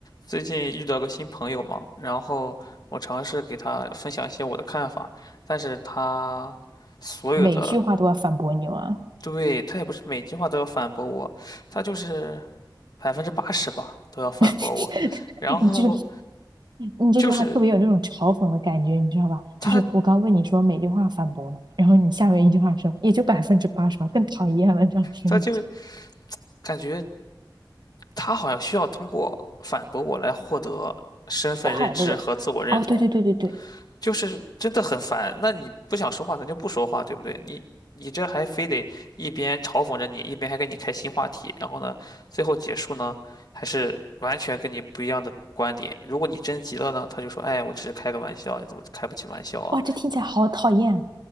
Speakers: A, on the left; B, on the right.
A: 最近遇到个新朋友嘛，然后我尝试给他分享一些我的看法，但是他所有的，
B: <laughs> 每句话都要反驳你吗？
A: 对，他也不是每句话都要反驳我，他就是百分之八十吧都要反驳我，
B: <laughs>
A: 然后
B: 你这你这句话特别有那种嘲讽的感觉，
A: 就是
B: 你知道吧？
A: 他
B: 就是我刚问你说每句话反驳嘛，然后你下面一句话说也就百分之八十吧，更讨厌了，这样听上去。
A: 他就感觉他好像需要通过反驳我来获得身份认知和自我认同，
B: 快乐，哦，对对对对对，
A: 就是真的很烦。那你不想说话，咱就不说话，对不对？你你这还非得一边嘲讽着你，一边还给你开新话题，然后呢，最后结束呢，还是完全跟你不一样的观点。如果你真急了呢，他就说：“哎，我只是开个玩笑，你怎么开不起玩笑啊？”
B: 哇，这听起来好讨厌。